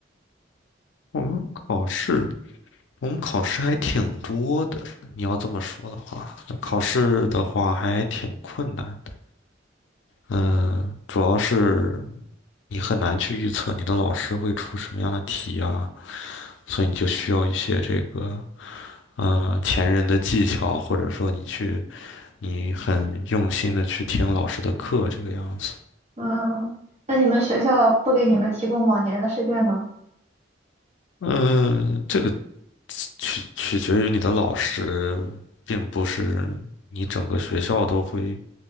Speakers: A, on the left; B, on the right.
A: 我们考试，我们考试还挺多的，你要这么说的话，考试的话还挺困难的。嗯，主要是你很难去预测你的老师会出什么样的题啊，所以你就需要一些这个。呃前人的技巧，或者说你去你很用心的去听老师的课这个样子。
B: 嗯，那你们学校不给你们提供往年的试卷吗？
A: 嗯，这个取取决于你的老师，并不是你整个学校都会。